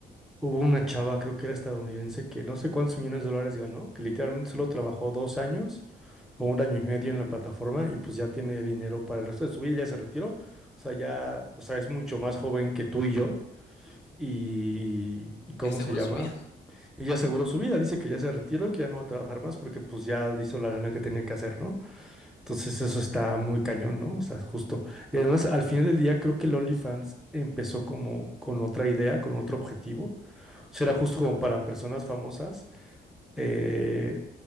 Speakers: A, in the centre; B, on the left.
A: hubo una chava, creo que era estadounidense, que no sé cuántos millones de dólares ganó, que literalmente solo trabajó dos años o un año y medio en la plataforma y pues ya tiene dinero para el resto de su vida, ya se retiró. O sea, ya, o sea, es mucho más joven que tú y yo. Y, y ¿cómo
B: Ya seguro
A: se llama?
B: subiste.
A: Y ya aseguró su vida, dice que ya se retiró y que ya no va a trabajar más porque pues ya hizo la lana que tenía que hacer, ¿no? Entonces eso está muy cañón, ¿no? O sea, justo. Y además al final del día creo que el OnlyFans empezó como con otra idea, con otro objetivo. O sea, era justo como para personas famosas eh,